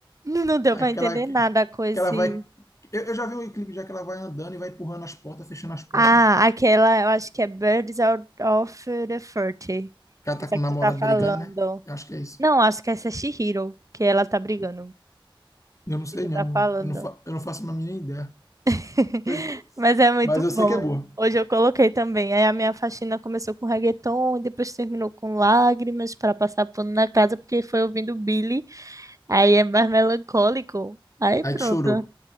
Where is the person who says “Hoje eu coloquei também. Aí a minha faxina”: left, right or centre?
Right